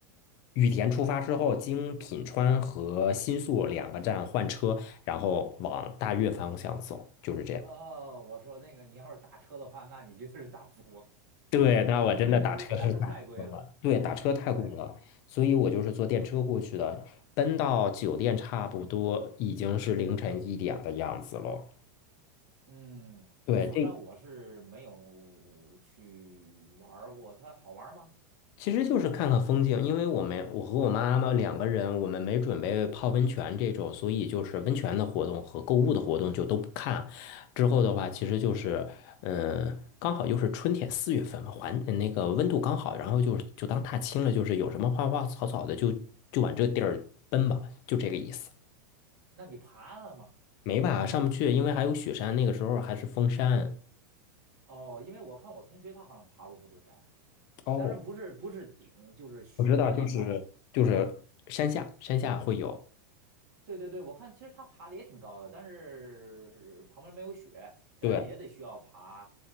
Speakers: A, on the left (about 35°); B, on the right (about 60°).
A: 羽田出发之后，经品川和新宿两个站换车，然后往大月方向走，就是这样。
B: 哦，我说那个你要是打车的话，那你绝对是大富，
A: 对，那我真的打车太贵了，
B: <laughs> 那日本打车太贵了。
A: 对，打车太贵了，
B: 对，
A: 所以我就是坐电车过去的，奔到酒店差不多已经是凌晨一点的样子了。
B: 嗯，
A: 对，
B: 那富士山我是没有去玩儿过，
A: 这
B: 它好玩儿吗？
A: 其实就是看看风景，因为我们我和我妈妈两个人，我们没准备泡温泉这种，所以就是温泉的活动和购物的活动就都不看。之后的话，其实就是，嗯、刚好又是春天四月份嘛，环那个温度刚好，然后就就当踏青了，就是有什么花花草草的就就往这地儿奔吧，就这个意思。
B: 那你爬了吗？
A: 没吧，上不去，因为还有雪山，那个时候还是封山。
B: 哦，因为我看我同学他好像爬过富士山，
A: 哦，
B: 当然不是不是顶，就是雪的那块儿啊。
A: 我知道，就是就是山下，
B: 它
A: 山下会有，
B: 对对对，我看其实它爬的也挺高的，但是旁边没有雪，但是也得需要爬，
A: 对，